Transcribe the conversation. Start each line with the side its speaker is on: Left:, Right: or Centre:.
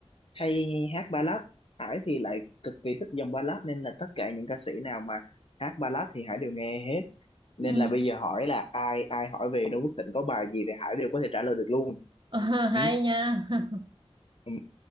Left: hay hát ballad Hải thì lại cực kỳ thích dòng ballad nên là tất cả những ca sĩ nào mà hát ballad thì Hải đều nghe hết nên
Right: ừ
Left: là bây giờ hỏi là ai ai hỏi về Noo Phước Thịnh có bài gì thì Hải đều có thể trả lời được luôn
Right: Ờ,
Left: Ừ.
Right: hay nha <laughs>
Left: Ừ.